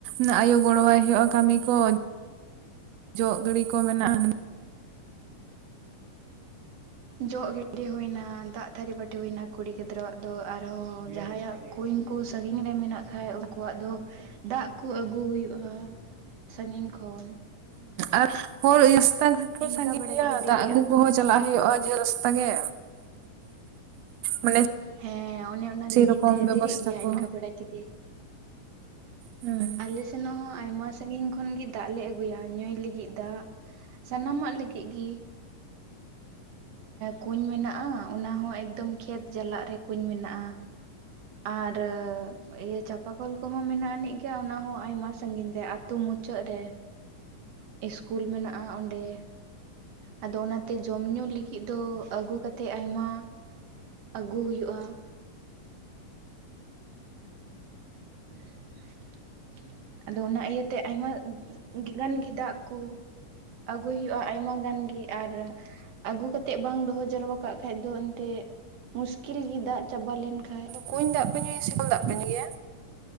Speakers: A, on the right (about 85°); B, on the right (about 60°).
A: ᱱᱟᱜ ᱟᱭᱩ ᱜᱚᱲᱚᱣᱟᱭ ᱦᱩᱭᱩᱜᱼᱟ ᱠᱟᱹᱢᱤ ᱠᱚ ᱾ ᱡᱚᱜ ᱜᱤᱰᱤ ᱠᱚ ᱢᱮᱱᱟᱜᱼᱟ
B: ᱡᱚᱜ ᱜᱤᱰᱤ ᱦᱩᱭᱱᱟ, ᱫᱟᱜ ᱛᱷᱟᱹᱨᱤ ᱵᱟᱹᱴᱤ ᱦᱩᱭᱱᱟ ᱠᱩᱲᱤ ᱜᱤᱫᱽᱨᱟᱹᱣᱟᱜ ᱫᱚ, ᱟᱨᱦᱚᱸ ᱡᱟᱦᱟᱸᱭᱟᱜ ᱠᱩᱧ ᱠᱩ ᱥᱟᱺᱜᱤᱧ ᱨᱮ ᱢᱮᱱᱟᱜ ᱠᱷᱟᱡ ᱩᱱᱠᱩᱣᱟᱜ ᱫᱚ ᱫᱟᱜ ᱠᱩ ᱟᱹᱜᱩ ᱦᱩᱭᱩᱜᱼᱟ ᱥᱟᱺᱜᱤᱧ ᱠᱷᱚᱱ
A: ᱟᱨ ᱦᱚᱲ ᱨᱟᱥᱛᱟ ᱜᱷᱟᱴ ᱠᱚ
B: ᱤᱱᱠᱟ
A: ᱥᱟᱺᱜᱤᱧ
B: ᱵᱟᱲᱟᱭ
A: ᱜᱮᱭᱟ
B: ᱛᱮᱜᱮ
A: ᱾
B: ᱫᱮᱨᱤᱜᱼᱟ
A: ᱫᱟᱜ ᱟᱹᱜᱩ ᱠᱚᱦᱚᱸ ᱪᱟᱞᱟᱜ ᱦᱩᱭᱩᱜᱼᱟ ᱡᱷᱟᱹᱞ ᱨᱟᱥᱛᱟ ᱜᱮ ᱢᱟᱱᱮ
B: ᱦᱮᱸ ᱚᱱᱮ ᱚᱱᱟ
A: ᱥᱮᱨᱚᱠᱚᱢ
B: ᱞᱟᱹᱜᱤᱫ ᱛᱮ
A: ᱵᱮᱵᱚᱥᱛᱷᱟ
B: ᱫᱮᱨᱤᱜ ᱜᱮᱭᱟ
A: ᱠᱚ
B: ᱤᱱᱠᱟ ᱵᱟᱲᱟᱭ ᱛᱮᱜᱮ <inaudible>
A: ᱦᱩᱸ
B: ᱟᱞᱮ ᱥᱮᱱ ᱦᱚᱸ ᱟᱭᱢᱟ ᱥᱟᱜᱤᱧ ᱠᱷᱚᱱ ᱜᱮ ᱫᱟᱜ ᱞᱮ ᱟᱹᱜᱩᱭᱟ ᱧᱩᱭ ᱞᱟᱹᱜᱤᱫ ᱫᱟᱜ ᱥᱟᱱᱟᱢᱟᱜ ᱞᱟᱹᱜᱤᱜ ᱜᱤ ᱠᱩᱧ ᱢᱮᱱᱟᱜᱼᱟ ᱚᱱᱟ ᱦᱚᱸ ᱮᱠᱫᱚᱢ ᱠᱷᱮᱛ ᱡᱟᱞᱟᱜ ᱨᱮ ᱠᱩᱧ ᱢᱮᱱᱟᱜᱼᱟ ᱟᱨ ᱤᱭᱟᱹ ᱪᱟᱸᱯᱟ ᱠᱚᱞ ᱠᱚᱦᱚᱸ ᱢᱮᱱᱟᱜ ᱟᱹᱱᱤᱡ ᱜᱮᱭᱟ, ᱚᱱᱟ ᱦᱚᱸ ᱟᱭᱢᱟ ᱥᱟᱺᱜᱤᱧ ᱨᱮ ᱟᱛᱳ ᱢᱩᱪᱟᱹᱫ ᱨᱮ ᱤᱥᱠᱩᱞ ᱢᱮᱱᱟᱜᱼᱟ ᱚᱸᱰᱮ ᱟᱫᱚ ᱚᱱᱟᱛᱮ ᱡᱚᱢ ᱧᱩ ᱞᱟᱹᱜᱤᱫ ᱫᱚ ᱟᱹᱜᱩ ᱠᱟᱛᱮᱫ ᱟᱭᱢᱟ ᱟᱹᱜᱩ ᱦᱩᱭᱩᱜᱼᱟ <unintelligible> ᱟᱫᱚ ᱚᱱᱟ ᱤᱭᱟᱹ ᱛᱮ ᱟᱭᱢᱟ ᱜᱟᱱ ᱜᱮ ᱫᱟᱜ ᱠᱩ ᱟᱹᱜᱩᱭ ᱦᱩᱭᱩᱜᱼᱟ ᱟᱭᱢᱟ ᱜᱟᱱ ᱜᱮ ᱟᱨ ᱟᱹᱜᱩ ᱠᱟᱛᱮᱜ ᱵᱟᱝ ᱫᱚᱦᱚ ᱡᱟᱨᱣᱟ ᱠᱟᱜ ᱠᱷᱟᱱ ᱫᱚ ᱮᱱᱛᱮ ᱢᱩᱥᱠᱤᱞ ᱜᱮ ᱫᱟᱜ ᱪᱟᱵᱟ ᱞᱮᱱᱠᱷᱟᱱ
A: ᱠᱩᱸᱧ ᱫᱟᱜ ᱯᱮ ᱧᱩᱭᱟ ᱥᱮ ᱠᱚᱞ ᱫᱟᱜ ᱯᱮ ᱧᱩᱭᱟ‌?